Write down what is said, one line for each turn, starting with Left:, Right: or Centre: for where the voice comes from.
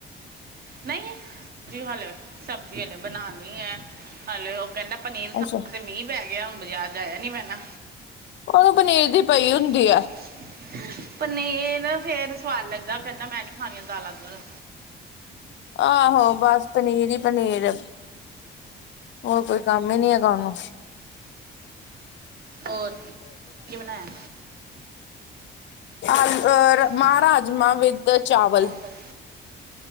Right: ਨਹੀਂ ਸ ਹਲੇ ਸਬਜ਼ੀ ਹਲੇ ਬਣਾਉਣੀ ਹੈ ਹਾਲੇ ਉਹ ਕਹਿੰਦਾ। ਪਨੀਰ
Left: ਅੱਛਾ
Right: ਖਾਣ ਤੇ ਮੀਂਹ ਪੈ ਗਿਆ ਹੁਣ ਬਾਜ਼ਾਰ ਜਾ ਆਇਆ ਨੀ ਪੈਣਾ
Left: ਉਹਨੂੰ ਪਨੀਰ ਦੀ
Right: ਪਈ
Left: ਹੁੰਦੀ
Right: ਆ ਪਰ ਨਈ ਏ ਨਾ ਫੇਰ ਸਵਾਦ ਲੱਗਦਾ ਕੈਂਦਾ ਮੈਂ ਨਈ ਖਾਣੀਆਂ ਦਾਲਾਂ ਦੁਲਾਂ।
Left: ਆਹੋ ਬਸ ਪਨੀਰ ਈ ਪਨੀਰ। ਹੋਰ ਕੋਈ ਕੰਮ ਈ ਨਈ ਹੈਗਾ ਉਨੂੰ।
Right: ਹੋਰ ਕੀ ਬਣਾਇਆ।
Left: ਅਲ
Right: ਆਲੂ
Left: ਅਰ ਮਾਂ ਰਾਜਮਾ ਵਿਦ ਚਾਵਲ।
Right: ਬਲ